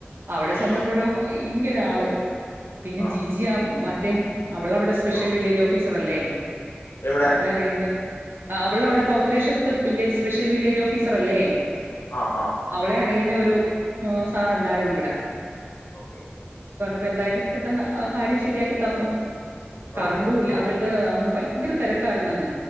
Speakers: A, on the right; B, on the left.
A: അവിടെ ചെന്നപ്പൊഴോ
B: ആ
A: ഇന്റെയൊരാള് പിന്നെ
B: ആ
A: ജിജിയാ മ റ്റേ അവള് അവിടെ സ്പെഷ്യൽ
B: ആ
A: വില്ലേജ് ഓഫീസ് സറല്ലേ
B: എവിടെ
A: അവളെ അറിയുന്നെ അവൾ അവിടെ പൗത്രേശരത് വില്ലേജ് സ്പെഷ്യൽ വില്ലേജ് ഓഫീസറല്ലേ
B: ആ ആ
A: അവളെ
B: ആ
A: അറിയുന്ന ഒരു സാറൊണ്ടായിരുന്നു ഇവിടെ
B: ഓക്കെ
A: ഇപ്പെന്തായാലും പെട്ടെന്ന് കാര്യം ശരിയാക്കി തന്നു കറണ്ടൂല്ല.
B: ഓക്കെ ഓക്കെ
A: അവരക്ക് അന്ന് ഭയങ്കര തെരക്കായിരുന്നു അങ്ങ്